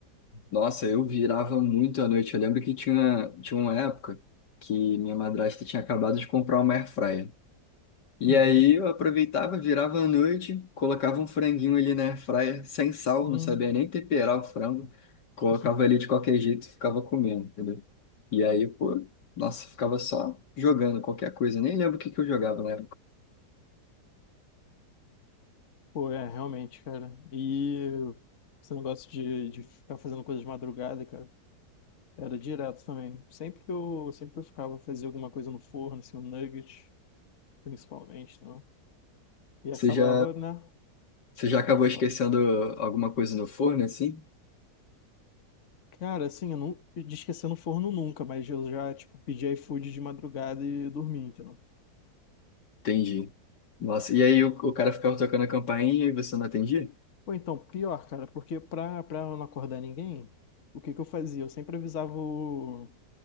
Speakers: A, on the left; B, on the left.
A: Nossa, eu virava muito à noite. Eu lembro que tinha, tinha uma época que minha madrasta tinha acabado de comprar uma air fryer. E
B: Uhum.
A: aí eu aproveitava, virava à noite, colocava um franguinho ali na air fryer, sem sal,
B: Hum.
A: não sabia nem temperar o frango. Colocava
B: <laughs>
A: ali de qualquer jeito, e ficava comendo, entendeu? E aí, pô, nossa, ficava só jogando qualquer coisa. Nem lembro o que que eu jogava na época.
B: Pô, é, realmente, cara. E esse negócio de, de ficar fazendo coisas de madrugada, cara, era direto também. Sempre que eu, sempre que eu ficava, fazia alguma coisa no forno, assim, um nugget, principalmente, não? E
A: Você
B: acabava,
A: já,
B: né?
A: você já acabou
B: Ah,
A: esquecendo
B: fala.
A: alguma coisa no forno, assim?
B: Cara, assim, eu não eu de esquecer no forno nunca, mas eu já, tipo, pedi iFood de madrugada e dormi, entendeu?
A: Entendi. Nossa, e aí o, o cara ficava tocando a campainha e você não atendia?
B: Ou então, pior, cara, porque pra, pra não acordar ninguém, o que que eu fazia? Eu sempre avisava o,